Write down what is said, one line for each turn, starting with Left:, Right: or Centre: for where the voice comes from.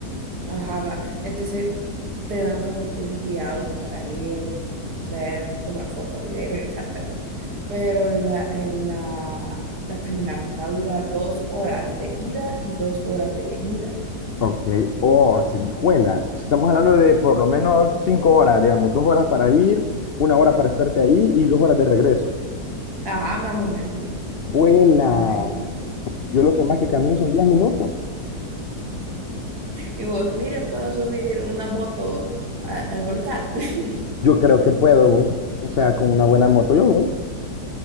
Right: Ajá, va. Entonces te dan como tours guiados para ir, ver, tomar fotos y de ahí regresarte, va. Pero la, eh, la, la caminata dura dos horas de ida y dos horas de venida.
Left: Ok. Oh, juela. Estamos hablando de por lo menos cinco horas, digamos, dos horas para ir, una hora para estarte ahí y dos horas de regreso.
Right: Ajá, más o menos,
Left: Juela.
Right: por ahí.
Left: Yo lo que más que camino son diez minutos.
Right: Y vos, mire, puedo subir una moto a- al volcán. <laughs>
Left: Yo creo que puedo, vos. O sea, con una buena moto yo voy.